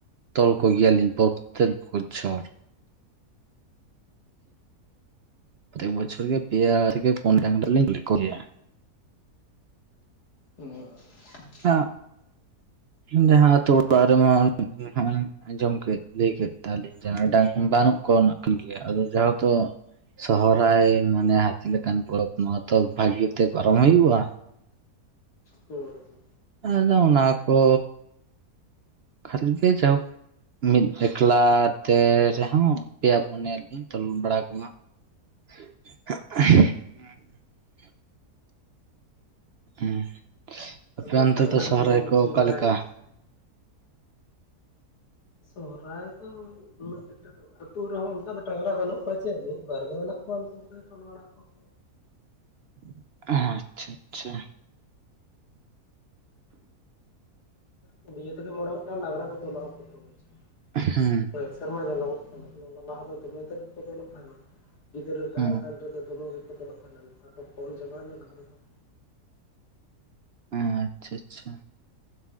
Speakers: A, on the right; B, on the left.
A: ᱛᱚᱞ ᱠᱚᱜᱮ ᱟᱞᱤᱧ ᱯᱨᱚᱛᱮᱠ ᱵᱚᱪᱷᱳᱨ ᱯᱨᱚᱛᱮᱠ ᱵᱚᱪᱷᱚᱨ ᱜᱮ ᱯᱮᱭᱟ ᱛᱷᱮᱠᱮ ᱯᱳᱱᱭᱟ ᱞᱤᱧ ᱛᱚᱞ ᱠᱚᱜᱮᱭᱟ
B: <unintelligible>
A: <unintelligible> ᱡᱟᱦᱟ ᱚᱛᱳ ᱚᱲᱟᱜ ᱨᱮᱢᱟᱢ ᱟᱸᱡᱚᱢ ᱠᱮᱫ ᱞᱟᱹᱭ ᱠᱮᱫ ᱛᱟᱞᱤᱧ ᱡᱟᱦᱟᱸ ᱰᱟᱝ ᱵᱟᱹᱱᱩᱜ ᱠᱚ ᱠᱚᱱᱟᱜ ᱠᱟᱱ ᱜᱮᱭᱟ ᱟᱫᱚ ᱡᱟᱦᱟ ᱦᱚᱛᱚ ᱥᱚᱦᱨᱟᱭ ᱢᱟᱱᱮ ᱦᱟᱹᱛᱤ ᱞᱮᱠᱟᱱ ᱯᱚᱨᱚᱵᱽ ᱱᱚᱣᱟ ᱫᱚ ᱵᱷᱟᱹᱜᱤᱛᱮ ᱯᱟᱨᱚᱢ ᱦᱩᱭᱩᱜᱼᱟ
B: ᱦᱳᱭ ᱦᱳᱭ
A: ᱟᱫᱚ ᱚᱱᱟᱠᱚ ᱠᱷᱟᱹᱞᱤ ᱜᱮ ᱡᱟᱣ ᱢᱤᱫ ᱮᱠᱞᱟ ᱛᱮ ᱨᱮᱦᱚᱸ ᱯᱮᱭᱟ ᱯᱩᱱᱭᱟ ᱞᱤᱧ ᱛᱚᱞ ᱵᱟᱲᱟ ᱠᱚᱣᱟ <unintelligible> ᱦᱩᱸ ᱟᱯᱮ
B: ᱟᱫᱚ
A: ᱚᱱᱛᱮ
B: ᱰᱟᱝᱨᱟ
A: ᱫᱚ ᱥᱚᱦᱨᱟᱭ
B: ᱠᱚᱫᱚ ᱵᱤᱱ
A: ᱠᱚ
B: ᱥᱤ
A: ᱚᱠᱟᱞᱮᱠᱟ
B: ᱵᱟᱲᱟᱭ ᱜᱮᱭᱟ ᱥᱮ ᱵᱟᱝ? ᱥᱚᱦᱨᱟᱭ ᱫᱚ ᱩᱱᱟᱹᱜ ᱚᱠᱴᱟ ᱫᱚ ᱟᱹᱛᱩ ᱨᱮᱦᱚᱸ ᱚᱱᱠᱟ ᱫᱚ ᱰᱟᱝᱨᱟ ᱵᱟᱹᱱᱩᱜ ᱠᱚᱣᱟ ᱪᱮᱫ ᱢᱤᱫᱵᱟᱨ ᱜᱮ ᱢᱮᱱᱟᱜ ᱠᱚᱣᱟ ᱩᱱᱠᱩᱜᱮ ᱛᱚᱞ ᱵᱟᱲᱟ ᱠᱚᱣᱟ ᱠᱚ
A: <inaudible> ᱟᱪᱪᱷᱟ ᱟᱪᱪᱷᱟ
B: ᱯᱩᱱᱭᱟᱹ ᱛᱮᱜᱮ ᱢᱚᱬᱮ ᱜᱚᱴᱟᱝ ᱰᱟᱝᱨᱟ ᱠᱚ ᱛᱚᱞᱚᱜ ᱟᱠᱚ ᱛᱚ ᱯᱨᱚᱛᱮᱠ
A: ᱦᱮᱸ
B: ᱵᱚᱪᱷᱚᱨ ᱥᱮᱨᱢᱟ ᱧᱮᱞᱚᱜᱼᱟ ᱚᱱᱟ ᱞᱟᱦᱟ ᱫᱚᱢᱮ ᱛᱮᱫ ᱜᱮ ᱵᱚᱫᱚᱞᱚᱜ ᱛᱟᱦᱮᱱᱟ ᱜᱤᱫᱽᱨᱟᱹ ᱛᱟᱦᱮᱸ
A: ᱦᱮᱸ
B: ᱠᱟᱱ ᱨᱮᱫᱚ ᱫᱚᱢᱮ ᱱᱮᱛᱟᱨ ᱫᱚ ᱠᱚᱢ ᱪᱟᱵᱟᱭᱮᱱᱟ ᱰᱟᱝᱨᱟ ᱦᱚᱸ
A: ᱚ ᱟᱪᱪᱷᱟ ᱟᱪᱪᱷᱟ